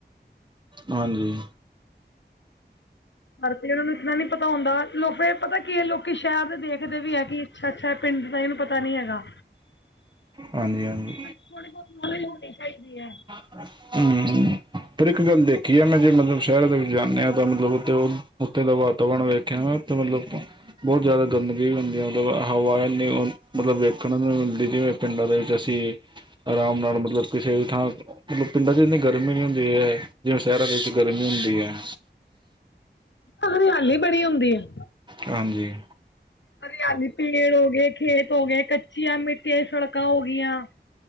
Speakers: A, on the right; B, on the left.
A: ਹਾਂਜੀ।
B: ਔਰ ਫਿਰ ਉਹਨਾਂ ਨੂੰ ਇਤਨਾ ਨੀ ਪਤਾ ਹੁੰਦਾ ਲੋਕ ਪਤਾ ਕੀ ਇਹ ਲੋਕੀ ਸ਼ਹਿਰ ਦੇ ਦੇਖਦੇ ਵੀ ਹੈ ਕਿ ਅੱਛਾ ਅੱਛਾ ਇਹ ਪਿੰਡ ਦਾ ਇਹਨੂੰ ਪਤਾ ਨੀ ਹੈਗਾ।
A: ਹਾਂਜੀ ਹਾਂਜੀ
B: ਥੋੜੀ ਬਹੁਤ ਨੋਲੇਜ ਹੋਣੀ ਚਾਹੀਦੀ ਹੈ।
A: ਹੂ <unintelligible> ਪਰ ਇੱਕ ਗੱਲ ਦੇਖੀ ਆ ਮੈਂ ਜੇ ਮਤਲਬ ਸ਼ਹਿਰ ਦੇ ਵਿੱਚ ਜਾਂਦੇ ਹਾਂ ਤਾਂ ਮਤਲਬ ਉੱਥ, ਉੱਥੇ ਵੇਖਿਆ <unintelligible> ਬਹੁਤ ਜ਼ਿਆਦਾ ਗੰਦਗੀ ਵੀ ਹੁੰਦੀ ਹੈ। ਮਤਲਬ ਹਵਾ ਇੰਨੀ ਮਤਲਬ ਵੇਖਣ ਨੂੰ ਵੀ ਮਿਲਦੀ ਜਿਵੇਂ ਪਿੰਡਾਂ ਦੇ ਵਿੱਚ ਅਸੀਂ ਆਰਾਮ ਨਾਲ ਮਤਲਬ ਕਿਸੇ ਵੀ ਥਾਂ ਮਤਲਬ ਪਿੰਡਾਂ ਚ ਇੰਨੀ ਗਰਮੀ ਨੀ ਹੁੰਦੀ ਹੈ। ਜਿਵੇਂ ਸ਼ਹਿਰਾਂ ਦੇ ਵਿੱਚ ਗਰਮੀ ਹੁੰਦੀ ਹੈ।
B: ਹਰਿਆਲੀ ਬੜੀ ਹੁੰਦੀ ਹੈ।
A: ਹਾਂਜੀ।
B: ਹਰਿਆਲੀ ਪੇੜ ਹੋ ਗਏ ਖੇਤ ਹੋ ਗਏ ਕੱਚੀਆਂ ਮਿੱਟੀਆਂ ਸੜਕਾਂ ਹੋ ਗਿਆ।